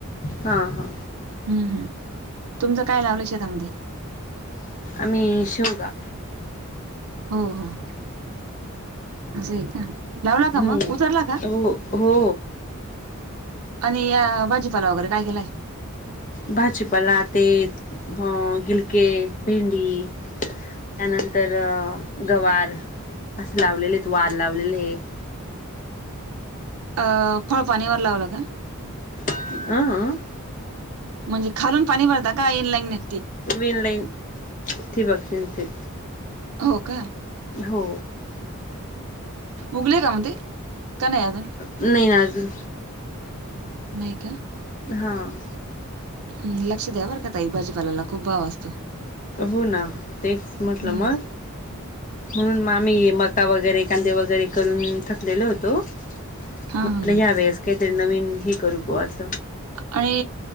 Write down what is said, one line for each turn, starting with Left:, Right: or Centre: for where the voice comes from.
Left: हा, हा.
Right: हम् हम तुमचं काय लावलं शेतामध्ये?
Left: आम्ही शेवगा.
Right: हो, हा. असं आहे का? लावला का
Left: हम्म
Right: मग उजरला का?
Left: हो हो
Right: आणि या भाजीपाला वगैरे काय केलाय?
Left: भाजीपाला तेत हं गिलके, भेंडी. त्यानंतर गवार असं लावलेले आहेत. वाल लावलेले आहेत.
Right: अं फळ पाणीवर लावलं का?
Left: <unintelligible>
Right: म्हणजे खालून पाणी भरता का? इन लाईंगने?
Left: वन लाईन, ठिबक अन ते.
Right: हो का
Left: हो.
Right: उगली का मग ती? का नाही अजून
Left: नाही ना अजून
Right: नाही का?
Left: हं
Right: हम् लक्ष द्या बर का ताई, भाजीपाल्याला खूप भाव असतो.
Left: हो ना तेच म्हटलं
Right: हम्म
Left: मग. म्हणून मग आम्ही मका वगैरे कांदे वगैरे करून थकलेलो होतो म्हटलं
Right: हा हा
Left: या वेळेस काहीतरी नवीन हे करू बुआ असं.
Right: आणि